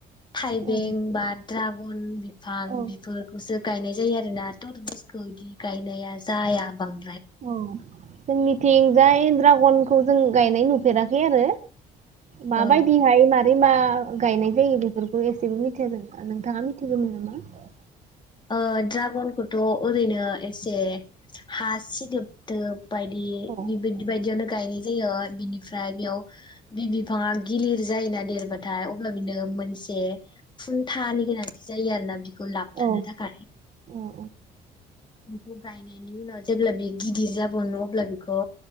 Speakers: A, on the left; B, on the right.
A: थाइबें
B: औ
A: बा द्राग गन बि बिफां
B: औ
A: बेफोरखौसो गायनाय जायो आरो ना तरमसखौ इदि गायनाया जाया बां
B: औ जों मिथिंजाय ड्रागनखौ जों गायनाय नुफेराखै आरो माबायदि
A: औ
B: हाय मार रै मा गायनाय जायो बेफोरखौ एसेबो मिथिया जों नोंथाङा मिथिगौमोन नामा?
A: ओ ड्रागनखौथ' ओरैनो एसे हा सिदोबदोब बायदि
B: औ
A: निबिदि बायदियानो गायनाय जायो बिनिफ्राय बेयाव बि बिफाङा गिलि जायोना देरबाथाय अब्ला बिनो मोनसे खुन्थानि गोनांथि जायो आरोना बेखौ थानो
B: औ
A: थाखाय
B: औ
A: बिखौ गायनायनि उनाव जेब्ला बे गिदिर जाबावनो अब्ला बेखौ